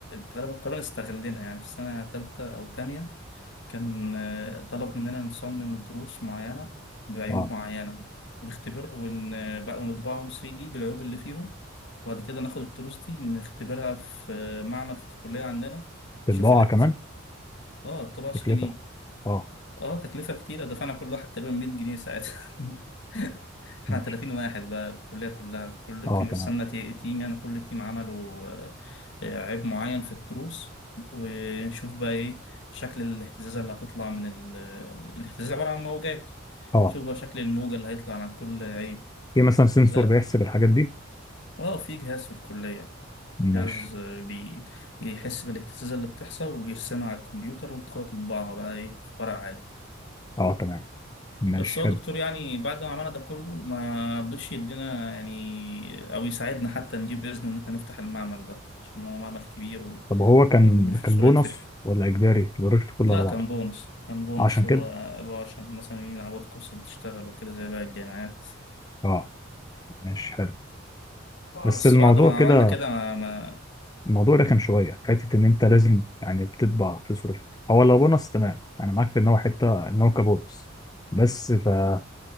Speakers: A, on the left (about 65°); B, on the left (about 20°).
A: تقريبا تقريبا استغلنا يعني في سنة تالتة أو تانية كان آه، طلب مننا نصمم تروس معينة بعيوب
B: أه
A: معينة ونختبر ون... آه، بقى ونطبعهم 3D بالعيوب اللي فيهم وبعد كده ناخد التروس دي نختبرها في آه، معمل في الكلية عندنا
B: في البضاعة
A: نشوف اللي
B: كمان
A: اه طباعة 3D
B: تكلفة اه
A: اه تكلفة كتيرة دفعنا كل واحد تقريبا 100 جنيه ساعتها <laughs> احنا
B: ماشي
A: 30 واحد بقى الكلية كلها كل
B: اه
A: كان قسمنا
B: تمام
A: تي- تيم يعني كل تيم عملوا آه، آه، عيب معين في التروس ونشوف بقى ايه شكل الاهتزازة اللي هتطلع من ال... الاهتزاز عبارة عن موجات
B: اه
A: شوف بقى شكل الموجة اللي هيطلع عن كل عيب
B: في مثلا سنسور
A: لا
B: بيحسب الحاجات دي
A: اه في جهاز في الكلية
B: ماشي
A: جهاز آه، بي... بيحس بالاهتزازة اللي بتحصل وبيرسمها على الكمبيوتر وانت تطبعها بقى ايه في ورق
B: اه تمام ماشي
A: بس هو
B: حلو
A: الدكتور يعني بعد ما عملنا ده كله ما رضيش يدينا يعني او يساعدنا حتى نجيب اذن ان احنا نفتح المعمل ده عشان هو معمل كبير و-
B: طب هو كان
A: ومش
B: كان
A: بسهوله
B: بونص
A: يتفتح
B: ولا اجباري البروجكت كله
A: لا
B: على
A: كان
B: بعضه
A: بونص كان بونص
B: عشان
A: هو
B: كده
A: اللي هو عشان مثلا يعودكم عشان تشتغلوا وكده زي باقي الجامعات
B: اه ماشي حلو بس
A: بس
B: الموضوع
A: بعد ما عملنا
B: كده
A: كده ما ما-
B: الموضوع رخم شويه حته ان انت لازم يعني بتطبع تصرف هو لو بونص تمام انا معاك في ان هو حته ان هو كبونص بس فاحنا